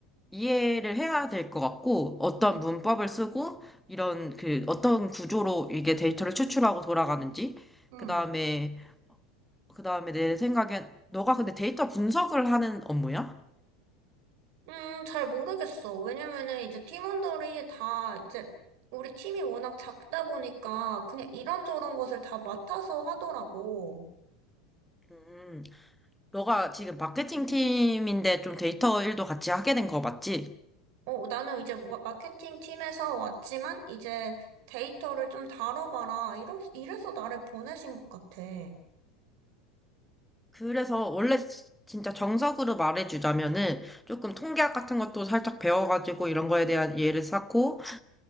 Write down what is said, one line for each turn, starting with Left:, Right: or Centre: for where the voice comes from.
Centre: 이해를 해야 될 것 같고, 어떤
Right: 응.
Centre: 문법을 쓰고, 이런 그, 어떤 구조로 이게 데이터를 추출하고 돌아가는지,
Right: 응.
Centre: 그 다음에, 그 다음에 내 생각엔, 너가 근데 데이터 분석을 하는 업무야?
Right: 음, 잘 모르겠어. 왜냐면은 이제 팀원들이 다 이제 우리 팀이 워낙 작다 보니까 그냥 이런저런 것을 다 맡아서 하더라고.
Centre: 음, 너가 지금 마케팅 팀인데 좀 데이터 일도 같이 하게 된 거 맞지?
Right: 어, 나는 이제 마- 마케팅 팀에서 왔지만 이제 데이터를 좀 다뤄봐라. 이러, 이래서 나를 보내신 것 같아. 응.
Centre: 그래서 원래 진짜 정석으로 말해주자면은 조금 통계학 같은 것도 살짝 배워가지고 이런 거에 대한 이해를 쌓고,